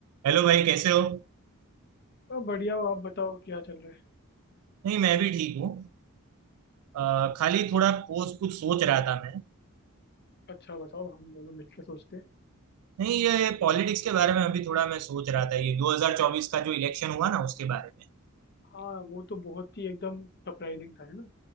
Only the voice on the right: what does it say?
Hello भाई कैसे हो
नहीं मैं भी ठीक हूँ अ, खाली थोड़ा पोस्ट कुछ सोच रहा था मैं
नहीं ये पॉलिटिक्स के बारे में अभी थोड़ा मैं सोच रहा था ये 2024 का जो इलेक्शन हुआ ना उसके बारे में